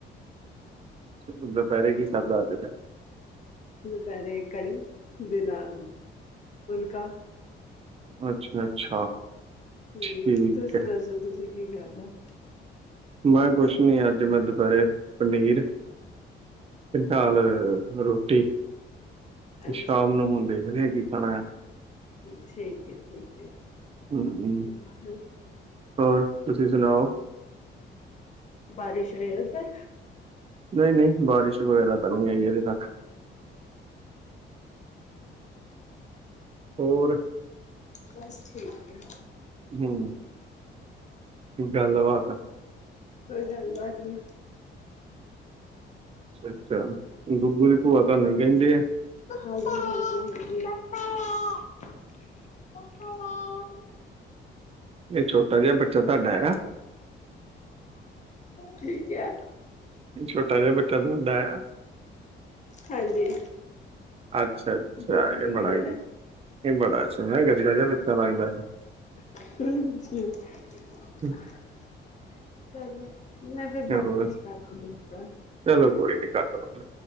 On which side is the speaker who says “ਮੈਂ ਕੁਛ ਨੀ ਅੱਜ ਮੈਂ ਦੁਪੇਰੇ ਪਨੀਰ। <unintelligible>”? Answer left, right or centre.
Right